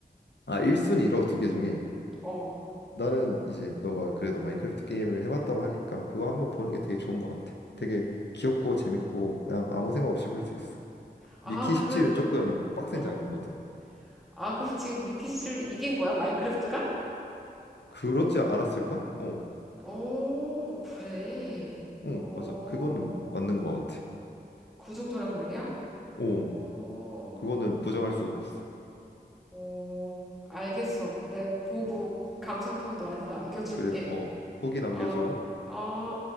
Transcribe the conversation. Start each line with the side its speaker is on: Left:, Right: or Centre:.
Left: 아 1순위로 두 개 중에
Centre: 어.
Left: 나는 이제 너가 그래도 마인크래프트 게임을 해봤다고 하니까 그거 한번 보는 게 되게 좋은 것 같아. 되게 귀엽고 재밌고 그냥 아무 생각 없이 볼 수 있어.
Centre: 아,
Left: 미키 17은
Centre: 그러면,
Left: 조금 빡센
Centre: 어.
Left: 장르거든.
Centre: 아, 그럼 지금 미키씨를 이긴 거야? 마인크래프트가?
Left: 그렇지 않았을까? 어.
Centre: 오, 그래.
Left: 어,
Centre: 어,
Left: 맞아. 그거는 맞는 것 같아.
Centre: 그 정도란 말이야?
Left: 어,
Centre: 어,
Left: 그거는 부정할 수가 없어.
Centre: 어, 알겠어. 내 보고
Left: 응.
Centre: 감상평 너한테 남겨줄게.
Left: 그래, 어, 후기 남겨줘.
Centre: 어, 어.